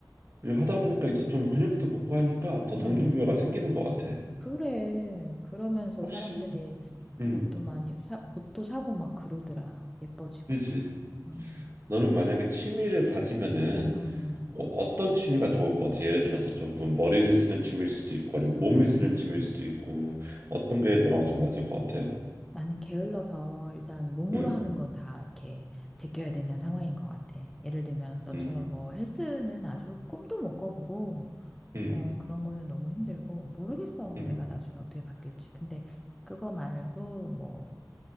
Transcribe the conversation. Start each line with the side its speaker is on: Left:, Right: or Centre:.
Right: 그리고 하다 보니까 이제 좀 근육도 붙고 하니까 더 동기부여가
Centre: 음
Right: 생기는 것 같아.
Centre: 그래. 그러면서
Right: 혹시,
Centre: 사람들이
Right: 음,
Centre: 뭐 또 많이 사, 옷도 사고 막 그러더라. 예뻐지고.
Right: 그지?
Centre: 음,
Right: 너는 만약에 취미를 가지면은
Centre: 음,
Right: 뭐 어떤 취미가 좋을 것 같아? 예를 들어서 조금 머리를 쓰는 취미일 수도 있고 아니면 몸을
Centre: 음.
Right: 쓰는 취미일 수도 있고 어떤 게 너랑 좀 맞을 것 같아?
Centre: 나는 게을러서 일단 몸으로
Right: 응,
Centre: 하는 건 다 이렇게 제껴야 되는 상황인 것 같아. 예를 들면 너처럼
Right: 응.
Centre: 뭐 헬스는 아주 꿈도 못 꿔보고
Right: 응.
Centre: 어, 그런 거는 너무 힘들고 모르겠어.
Right: 응.
Centre: 내가 나중에 어떻게 바뀔지. 근데 그거 말고 뭐